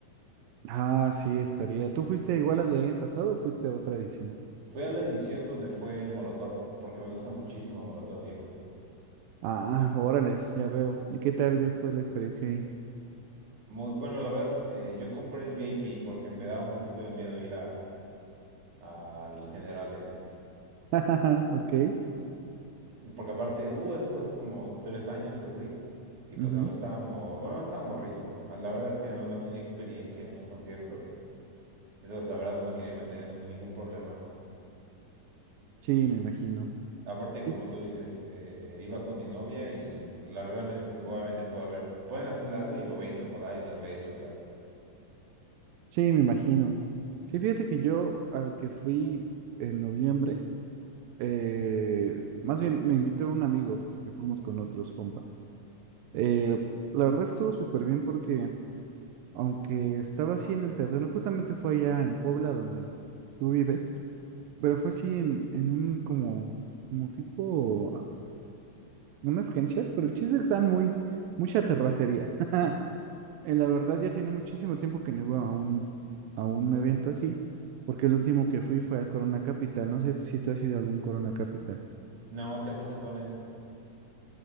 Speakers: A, on the right; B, on the right.
A: Ah, sí, estaría. ¿Tú fuiste igual al del año pasado o fuiste a otra edición?
B: Fui a la edición donde fue Molotov, porque me gusta muchísimo Molotov, viejo.
A: Ah, órale, ya veo. ¿Y qué tal le fue la experiencia ahí?
B: Mu- bueno, la verdad, eh, yo compré el VIP porque me daba un poquito de miedo ir a a los generales.
A: <laughs> Ok.
B: Y Porque aparte, uh, eso fue hace como tres años que fui. Y pues
A: ujú.
B: aún estábamos, bueno, no estaba morrillo. Ah, La verdad es que no, no tenía experiencia en los conciertos. Entonces, la verdad, no me quería meter en un- ningún problema.
A: Sí, me imagino.
B: Aparte, como
A: Sí,
B: tú dices, eh, iba con mi novia y pues, la realmente es que probablemente puede haber, pueden hacerle algo y me voy a incomodar y lo voy a disfrutar.
A: sí, me imagino. Sí, fíjate que yo al que fui en noviembre, eh, más bien me invitó un amigo y fuimos con otros compas. Eh, la verdad estuvo súper bien porque aunque estaba así en el terreno, justamente fue allá en Puebla donde tú vives, pero fue así en, en un como, como tipo unas canchas, pero el chiste es que están muy, mucha terracería. <laughs> En la verdad ya tiene muchísimo tiempo que no iba a un, a un evento así, porque el último que fui fue al Corona Capital. No sé si tú has ido a algún Corona Capital.
B: No, ¿qué tal se ponen?